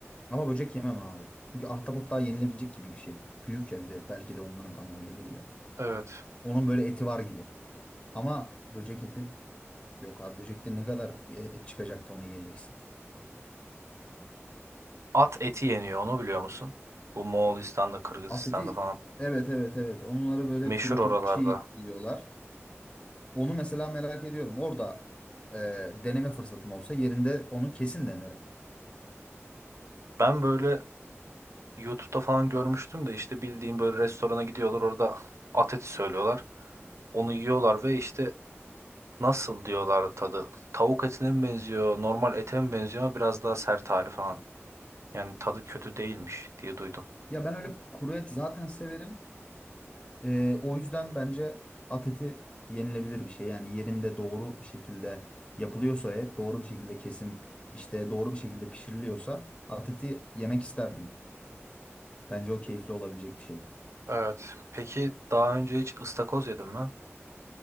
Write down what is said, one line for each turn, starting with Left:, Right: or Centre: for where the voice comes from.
Left: Ama böcek yemem abi. Çünkü ahtapot daha yenilebilecek gibi bir şey. Büyük ya bir de. Belki de onların bana öyle geliyor.
Right: evet.
Left: Onun böyle eti var gibi. Ama böcek eti yok abi. Böcekte ne kadar ye- et çıkacak da onu yiyeceksin.
Right: At eti yeniyor, onu biliyor musun? Bu Moğolistan'da, Kırgızistan'da
Left: At eti
Right: falan.
Left: evet evet evet. Onları böyle
Right: Meşhur
Left: kurutup
Right: oralarda.
Left: çiğ yiyorlar. Onu mesela merak ediyorum. Orada e, deneme fırsatım olsa yerinde onu kesin denerim.
Right: Ben böyle YouTube'da falan görmüştüm de işte bildiğim böyle restorana gidiyorlar orada at eti söylüyorlar. Onu yiyorlar ve işte Nasıl diyorlar tadı? Tavuk etine mi benziyor, normal ete mi benziyor ama biraz daha sert hali falan. Yani tadı kötü değilmiş diye duydum.
Left: Ya ben öyle kuru et zaten severim. Ee, o yüzden bence at eti yenilebilir bir şey. Yani yerinde doğru bir şekilde yapılıyorsa et, doğru bir şekilde kesim, işte doğru bir şekilde pişiriliyorsa at eti yemek isterdim. Bence o keyifli olabilecek bir şey.
Right: Evet. Peki daha önce hiç ıstakoz yedin mi?